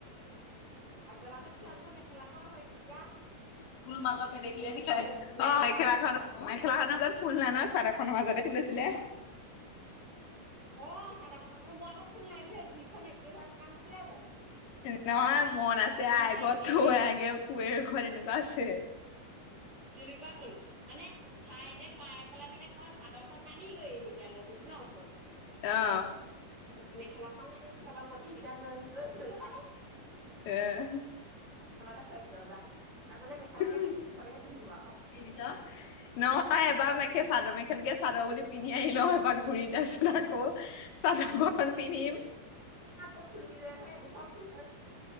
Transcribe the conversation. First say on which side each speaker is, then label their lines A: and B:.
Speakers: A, on the right; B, on the left.
A: আগবেলাতে চাদৰ মেখেলা খন হৈ তেতিয়া
B: ফুল মাজত নেদেখিলে
A: বৰষুণ
B: ন
A: দি দিওঁতে যে
B: মেখেলাখন মেখেলাখনৰ মাজত ফুল নাই ন সাদৰ খনৰ মাজতে খুলিছিলে।
A: অ চাদৰ খনত মই আকৌ ফুল নাই বুলি দুইখন একে হাত কণ ন আছিলো
B: নহয় মন আছে
A: ফুল দুইটা
B: আইগত
A: একেই
B: থৈ
A: যে
B: আগে পুৱে ঘৰত এনেকুৱা <unintelligible>
A: তেনেকুৱা হল মানে ঠাইতে পাই পেলাই মানে মই চাদৰ খন নানিলো এই বিশষ্ণাৱলে
B: অ
A: <unintelligible> মেখেলা খননে চাবা পত- সিকেইটা জইন কৰিছিল ন <unintelligible>
B: আহ।
A: এটা খুৱাই দিলো আৰু যা আগলে মেখেলাকে-
B: কি
A: পিন্ধিম সেইখনকে পিন্ধিব আৰু
B: দিছ? নহয় এবাৰ মে- কে চাদৰ ম এখনকে চাদৰ বুলি পিন্ধি আহি লওঁ এব ঘূৰি <unintelligible> আকৌ চাদৰ খন পিন্ধিম।
A: অ খুলিৰে দুখ পঠ আছ <unintelligible>